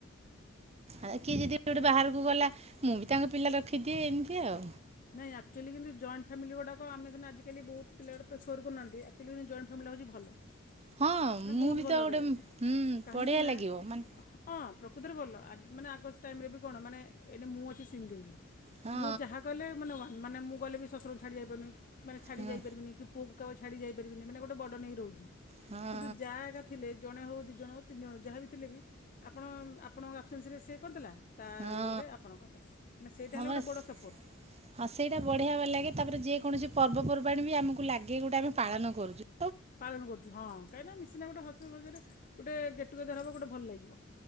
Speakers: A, on the right (about 30°); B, on the left (about 45°).
A: ଆଉ କିଏ ଯଦି ଗୋଟେ ବାହାରକୁ ଗଲା ମୁଁ ବି ତାଙ୍କ ପିଲା ରଖିଦିଏ ଏମିତି ଆଉ।
B: ନାଇଁ ଆକ୍ଚଆଲି କିନ୍ତୁ ଜଏଣ୍ଟ ଫାମିଲ ଗୁଡ଼ାକ ଆମେ ସିନା ଆଜିକାଲି ବହୁ ପିଲା ପ୍ରେଫର୍ କରୁନାହାନ୍ତି। ଫିଲ୍ ହୁଏ ଯେମିତି ଜଏଣ୍ଟ ଫ୍ୟାମିଲି ଟା ହଉଚି ଭଲ।
A: ହଁ
B: ମାନେ
A: ମୁଁ
B: ବହୁତ
A: ବି
B: ଭଲ
A: ତ ଗୋଟେ
B: କହିଆକୁ ଗଲେ,
A: ହୁଁ
B: କାହିଁକିନା?
A: ବଢ଼ିଆ ଲାଗିବ ମାନେ
B: ହଁ ପ୍ରକୃତରେ ଭଲ ଆ-ମାନେ ଆଗ ଟାଇମରେ ବି କଣ ମାନେ ଏଇନେ ମୁଁ ଅଛି ସିଙ୍ଗଲ୍
A: ହଁ
B: ମୁଁ ଯାହା କହିଲେ ମାନେ ମୁଁ ଗଲେ ବି ଶଶୁରଙ୍କୁ ଛାଡ଼ି ଯାଇପାରୁନି ମାନେ ଛାଡ଼ି
A: ହଁ
B: ଯାଇପାରିବିନି କି ପୁଅକୁ କାପା ଛାଡି ଯାଇ ପାରିବିନି ମାନେ ଗୋଟେ ବଡନ ନେଇ ରହୁଚି
A: ହଁ
B: କିନ୍ତୁ ଯାଆ ହେରିକା ଥିଲେ ଜଣେ ହଉ ଦୁଇ ଜଣ ହେଉ ତିନି ଜଣ ହଉ ଯାହାବି ଥିଲେ ବି ଆପଣ ଆପଣଙ୍କ ଆବସେନ୍ସରେ ସିଏ କରଦେଲା ତା
A: ହଁ
B: ଇଏରେ ଆପଣ କରିଦେଲେ ମାନେ ସେଇଟା
A: ହଁ
B: ହେଲେ
A: ବାସ୍
B: ଗୋଟେ ବଡ଼ ସପୋର୍ଟ।
A: ହଁ ସେଇଟା ବଢିଆ ବା
B: ଆଉ
A: ଲାଗେ ତାପରେ ଯେକୌଣସି ପର୍ବପର୍ବାଣୀ ବି ଆମକୁ ଲାଗେ ଗୋଟେ ଆମେ ପାଳନ କରୁଚୁ।
B: ପାଳନ କରୁଚୁ ହଁ କାହିଁକିନା ମିସିିନା ଗୋଟେ ହସମଜାରେ ଗୋଟେ ଗେଟ୍ ଟୁଗେଦର ହବ ଗୋଟେ ଭଲ ଲାଗିବ।